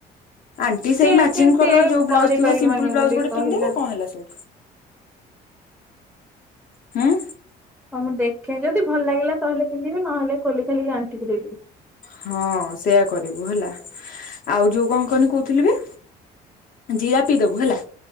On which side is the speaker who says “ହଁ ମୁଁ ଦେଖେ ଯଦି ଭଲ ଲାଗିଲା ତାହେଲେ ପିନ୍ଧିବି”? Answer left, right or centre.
Centre